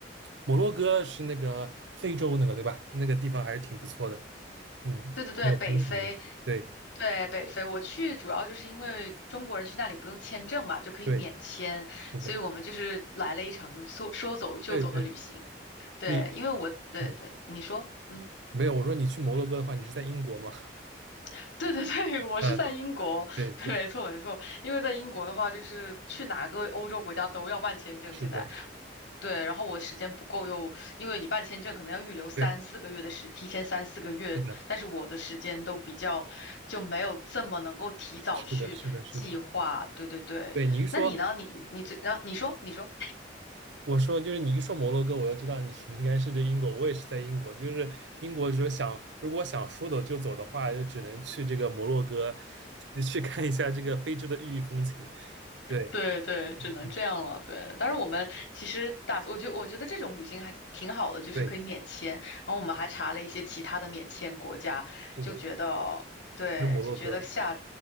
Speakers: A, on the right; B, on the left.
A: 摩洛哥是那个非洲那个对吧？那个地方还是挺不错的，嗯，
B: 对对对，
A: 挺有风情的。
B: 北非，
A: 对
B: 对，北非，我去主要就是因为中国人去那里不用签证嘛，就可以免签，
A: 对，是的，
B: 所以我们就是来了一场就是说说走就走的旅行。
A: 对对，
B: 对，
A: 你
B: 因为我，对对，
A: 嗯
B: 你说，嗯。
A: 没有，我说你去摩洛哥的话，你是在英国吗？
B: <laughs> 对对对，
A: <laughs>
B: 我是在英国，
A: 啊，对对，
B: <laughs> 没错没错，因为在英国的话，就是去哪个欧洲国家都要办签证，
A: 是的，
B: 现在。对，然后我时间不够又，因为你办签证可能要预留三四个月的时，
A: 对，
B: 提前三四个月，
A: 是的，
B: 但是我的时间都比较就没有这么能够提早去计划。
A: 是的，是的，是的，
B: 对对对，
A: 对你一说。
B: 那你呢？你你最，啊，你说你说。
A: 我说，就是你一说摩洛哥，我就知道你 <laughs> 应该是这英国。我也是在英国，就是英国，就想如果想说走就走的话，就只能去这个摩洛哥，去去看一下这个非洲的异域风情。对，
B: 对对，只能这样了。
A: 嗯嗯，
B: 对，但是我们其实打，我觉得我觉得这种旅行还挺好的，就是可以免签。
A: 对，
B: 然后我们还查了一些其他的免签国家，
A: 是的，
B: 就觉得对，
A: 是摩洛哥。
B: 就觉得下，